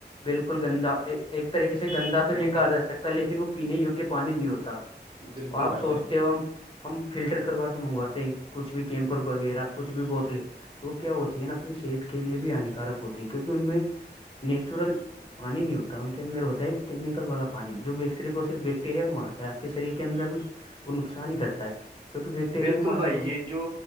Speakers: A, on the left (about 30°); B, on the right (about 25°).
A: بالکل گندا ایک ایک طریقے سے گندا تو نہیں کہا جا سکتا لیکن وہ پینے یگیہ پانی نہیں ہوتا
B: بالکل
A: آپ
B: بھائی
A: سوچتے
B: جان
A: ہو ہم ہم فلٹر کروا کے منگواتے ہیں کچھ بھی کیمپر وغیرہ کچھ بھی بوتلیں تو کیا ہوتی ہے نا اپنی صحت کے لیے بھی ہانیکارک ہوتی ہے کیونکہ ان میں نیچرل پانی نہیں ہوتا ان کے اندر ہوتا ہے کیمکل والا پانی جو صرف وہ صرف بیکٹیریا کو مارتا ہے آپ کے شریر کے اندر میں وہ نقصان ہی کرتا ہے توبیکٹیریا
B: بالکل
A: کو مار
B: یہ جو